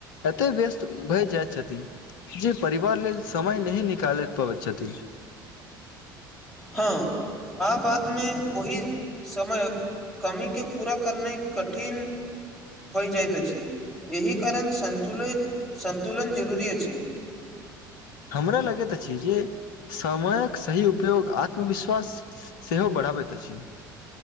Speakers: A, on the left; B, in the centre.
A: एते व्यस्त भए जाइत छथिन जे परिवार लेल समय नहि निकाल पबै‌ छथि
B: ह आहा बादमे ओहि समयक कमीके पूरा करनाय कठिन होय जाइत अछि एहि कारण सतुन सन्तुलन जरूुरी अछि
A: हमरा लगैत अछि जे समामयक सही उपयोग आत्मविश्वास सेहो बढ़ाबैत अछि